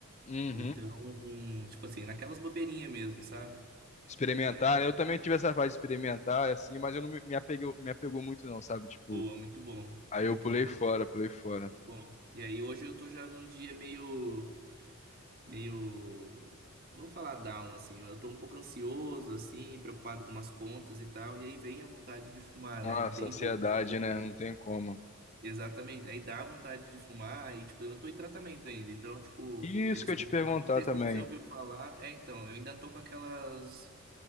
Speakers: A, on the left; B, on the right.
A: Uhum.
B: Então, tipo assim, naquelas bobeirinhas mesmo, sabe?
A: Experimentar,
B: E aí,
A: né? Eu também tive essa fase de experimentar, assim, mas eu não me me apeguei, me apegou muito, não, sabe? Tipo,
B: pô, é muito bom,
A: aí
B: muito
A: eu pulei
B: bom,
A: fora, pulei fora.
B: muito bom. E aí hoje eu tô já num dia meio, meio, não vou falar down, assim, mas eu tô um pouco ansioso, assim, preocupado com umas contas e tal. E aí vem a vontade de fumar,
A: Nossa,
B: né? Não tem
A: ansiedade,
B: jeito. Tipo assim,
A: né? Não tem como.
B: Exatamente. Aí dá vontade de fumar e, tipo, eu tô em tratamento ainda. Então, tipo,
A: Isso
B: eles
A: que eu
B: têm
A: te perguntar
B: uma... Não sei
A: também.
B: se você ouviu falar. É, então, eu ainda tô com aquelas